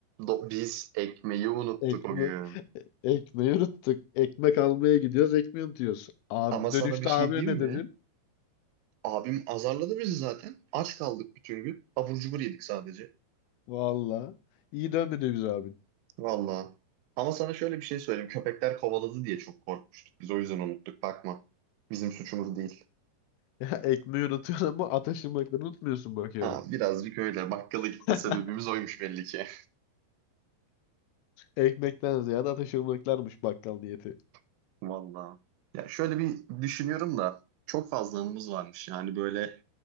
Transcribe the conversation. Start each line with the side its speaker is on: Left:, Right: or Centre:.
Right: Do- biz ekmeği unuttuk
Left: Ekme
Right: o gün.
Left: <laughs> ekmeği unuttuk. Ekmek almaya gidiyoruz. Ekmeği unutuyoruz. Abi
Right: Ama sana
Left: dönüşte
Right: bir şey
Left: abine
Right: diyeyim
Left: ne
Right: mi?
Left: dedin?
Right: Abim azarladı bizi zaten. Aç kaldık bütün gün. Abur cubur yedik sadece.
Left: Valla. iyi dönmedi biz abin. <laughs>
Right: Vallahi. Ama sana şöyle bir şey söyleyeyim. Köpekler kovaladı diye çok korkmuştuk. Biz o yüzden unuttuk. Bakma. Bizim suçumuz değil.
Left: Ya ekmeği unutuyorsun ama atıştırmalıkları unutmuyorsun bakıyorum.
Right: Ha, birazcık öyle. Bakkala gitme
Left: <laughs>
Right: sebebimiz oymuş belli ki.
Left: Ekmekten ziyade atıştırmalıklarmış bakkal niyeti.
Right: <laughs> Vallahi. Ya şöyle bir düşünüyorum da çok fazla anımız varmış. Yani böyle